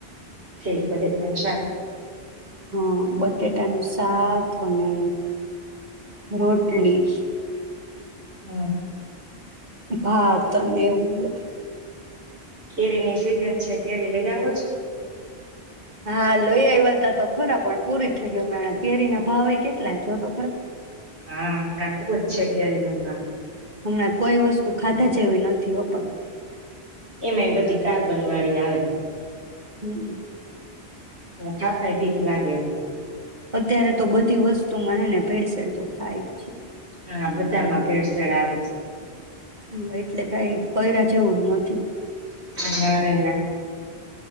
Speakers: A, on the right (about 80°); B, on the right (about 45°).
A: ઠીક બટાકા નું શાક
B: હા બટેટાનું શાક અને રોટલી.
A: હમ્મ
B: ભાત અને એવું બધું
A: કેરીની સીઝન છે કેરી લઈ આવો છો.
B: હા લઈ આવ્યા ત તો ખરા પણ પૂરી થઈ ગઈ મે કેરી ના ભાવ કેટલા જો તો ખરા.
A: હા હમણાં બોજ છે કેરી નો ભાવ
B: હમણાં કોઈ વસ્તુ ખાધા જેવી નથી હો પણ.
A: એમાંય બધી કાર્બન વાળી આવે.
B: હમ્મ
A: ખાધાયે બીક લાગે એમ.
B: અત્યારે તો બધી વસ્તુમા હને ભેળસેડ તો થાય જ છે.
A: હા બધામાં ભેડસેેડ આવે છે.
B: હા એટલે કઈ કર્યા છેવું નથી.
A: છે અને